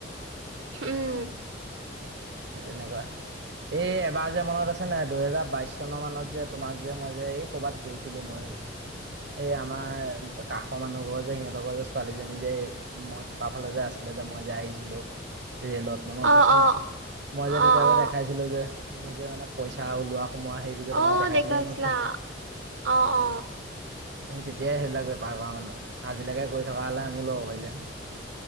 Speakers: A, on the right (about 85°); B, on the right (about 60°).
A: উম
B: সে তেনেকুৱা এই এবাৰ যে মনত আছে নাই দুহেজাৰ বাইশ চনৰ মানত যে তোমাক যে মই যে এই কৰবাত গৈছিলো মই এই আমাৰ কাষৰ মানুহ ঘৰ যে সিহঁতৰ যে ছোৱালীজনী যে মই থকা তাৰ ফালে যে আছিলে যে মই যে আহিছিলো ৰেলত মনত
A: অ
B: আছে
A: অ
B: নাই মই যে তেতিয়া
A: অ
B: যে
A: অ
B: দেখাইছিলো যে মোৰ যে মানে পইচা ওলোৱা সোমাৱা সেইটো যে
A: অ
B: দেখাইছিলো
A: দেখাইছিলা
B: মনত আছে নাই
A: অ অ
B: আমি তেতিয়াই সেইবিলাক বেপাৰ কৰা মানুহ আজিলেকে কৰি থকা হ'লে আমি ল'ব পাৰিলো হেতেন